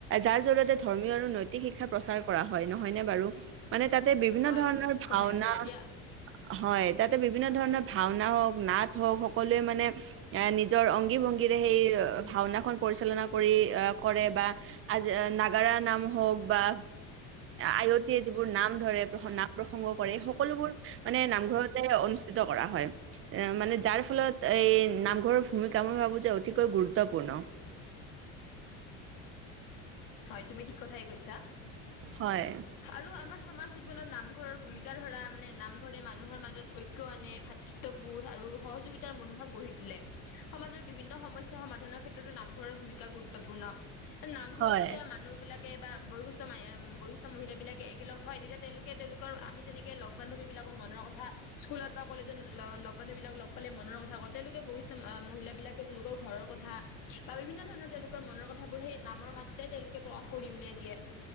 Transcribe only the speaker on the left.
হয়
তুমি ঠিক
কথাই কৈছা দিয়া
হয় তুমি ঠিক কথাই কৈছা
আৰু আমাৰ সমাজ জীৱনত নামঘৰৰ ভূমিকা ধৰা মানে নামঘৰে মানুহৰ মাজত ঐক্য আনে ভাতৃত্ববোধ আৰু সহযোগিতাৰ মনোভাৱ গঢ়ি তোলে সমাজৰ বিভিন্ন সমস্যা সমাধানৰ ক্ষেত্ৰতো নামঘৰৰ ভূমিকা গুৰুত্বপূৰ্ণ নামঘৰত
যেতিয়া মানুহ বিলাক বা বয়স বয়সস্থ মহিলা বিলাকে একেলগ হয় তেতিয়া তেওঁলোকে তেওঁলোকৰ আমি যেনেকে লগ বান্ধৱী বিলাকত মনৰ কথা স্কুলত বা কলেজত লগ বান্ধৱী বিলাক লগ পালে মনৰ কথা কওঁ তেওঁলোকে বয়সস্থ মহিল বিলাকে তেওঁলোকৰ ঘৰৰ কথা বা বিভিন্ন ধৰণৰ তেওঁলোকৰ মনৰ কথাবোৰ সেই নামৰ মাজত তেওঁলোকে প্ৰকাশ কৰি উলিয়াই দিয়ে।